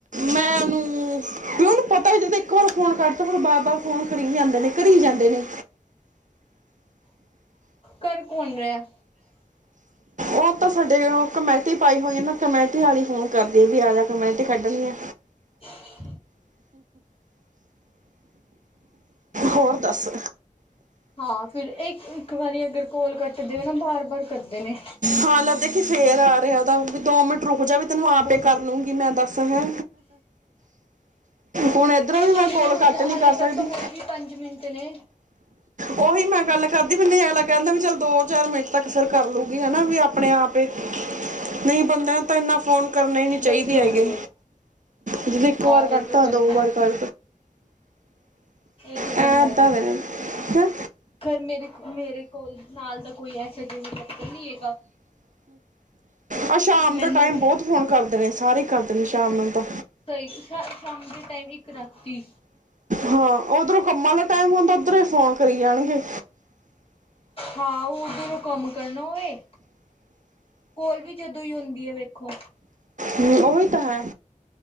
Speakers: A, on the right; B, on the left.
A: ਮੈਂ ਉਹਨੂੰ ਵੀ ਉਹਨੂੰ ਪਤਾ ਵੀ ਜੇ ਦੇਖੋ ਇੱਕ ਵਾਰ ਫੋਨ ਕਟ ਫਿਰ ਬਾਰ-ਬਾਰ ਫੋਨ ਕਰੀ ਜਾਂਦੇ ਨੇ ਕਰੀ ਜਾਂਦੇ ਨੇ
B: ਘਰ ਕੋਣ ਰਿਹਾ।
A: ਉਹ ਤਾਂ ਸਾਡੇ ਕਮੇਟੀ ਪਾਈ ਹੋਈ ਨਾ ਕਮੇਟੀ ਵਾਲ ਹੀ ਫੋਨ ਕਰਦੀ ਵੀ ਆਜਾ ਕਮੈਂਟੀ ਕੱਢਣੀ ਆ।
B: <inaudible>
A: ਹੋਰ ਦੱਸ
B: ਹਾਂ ਫ਼ਿਰ ਇੱਕ ਇੱਕ ਵਾਰੀਂ ਅਗਰ ਕੋਲ਼ ਕੱਟਦੇ ਹੋ ਨਾਂ ਬਾਰ ਬਾਰ ਕਰਦੇ ਨੇ
A: ਹਾਂ ਲੱਗਦਾ ਕਿ ਫ਼ੇਰ ਆ ਰਿਹਾਂ ਤਾਂ ਵੀ ਦੋ ਮਿੰਟ ਰੁੱਕ ਜਾਵੇ। ਤੈਨੂੰ ਆਪੇ
B: ਬਹੁਤਾ
A: ਕਰ ਲੂੰਗੀ ਮੈਂ ਦੱਸ ਹੈ ਹੁਣ ਇਧਰੋਂ ਵੀ
B: ਹੁਣ
A: ਮੈਂ ਕੋਲ
B: ਹੁਣ
A: ਕੱਟ ਨਹੀਂ
B: ਹਾਲੇ
A: ਕਰ ਸਕਦੀ
B: ਤੱਕ ਤਾਂ ਹੋਏ ਵੀ ਪੰਜ ਮਿੰਟ ਨੇਂ
A: ਉਹੀ ਮੈਂ ਗੱਲ ਕਰਦੀ ਮੈਨੂੰ ਅਗਲਾ ਕਹਿੰਦਾ ਵੀ ਚੱਲ ਦੋ ਚਾਰ ਮਿੰਟ ਤੱਕ ਅਸਰ ਕਰ ਲੂੰਗੀ ਹਨਾ ਵੀ ਆਪਣੇਂ ਆਪ ਐਂ ਨਹੀਂ ਬੰਦਾ ਤਾਂ ਇਨਾਂ ਫੋਨ ਕਰਨੇਂ ਹੀ ਨੀ
B: ਬਰਤਨ
A: ਚਾਹੀਦੇ ਹੈਗੇ
B: ਦੇ ਕੋਈ
A: ਜਦੋਂ ਇੱਕ
B: ਹਾਂ
A: ਵਾਰ
B: ਇਹ
A: ਕਰਤਾ
B: ਤੋਂ ਗੱਲ
A: ਦੋ
B: ਹੈ
A: ਵਾਰ ਕਰ
B: ਇਹ ਤੋਂ ਗੱਲ
A: ਐ
B: ਹੈ
A: ਏਦਾਂ
B: ਦੀਦੀ
A: ਦੇ ਨੇ ਹੈਂ
B: ਫੇਰ ਮੇਰੇ ਮੇਰੇ ਕੋਲ ਨਾਲ ਤਾਂ ਕੋਈ ਐਸਾ ਚੱਕਰ ਨਹੀਂ ਹੈਗਾ
A: ਆਹ ਸ਼ਾਮ
B: ਮੈਨੂੰ
A: ਦਾ ਟਾਈਮ ਬਹੁਤ ਫੋਨ ਕਰਦੇ ਨੇ ਸਾਰੇ ਕਰਦੇ ਨੇ ਸ਼ਾਮ ਨੂੰ ਤਾਂ
B: ਸਹੀ ਦਸਾ ਸ਼ਾਮ ਦੇ ਟਾਈਮ ਇੱਕ ਰਾਤੀਂ
A: ਹਾਂ ਉਧਰੋਂ ਕੰਮਾਂ ਦਾ ਟਾਈਮ ਹੁੰਦਾਂ ਉਧਰੋਂ ਫੋਨ ਕਰੀਂ ਜਾਂਣਗੇ
B: ਹਾਂ ਉਧਰੋਂ ਕੰਮ ਕਰਨਾ ਹੋਵੇਂ ਕੋਲ਼ ਵੀ ਜਦੋਂ ਹੀ ਆੁੰਂਦੀ ਹੈ ਵੇਖੋ
A: ਹ ਉਹੀਂ ਤਾਂ ਹੈ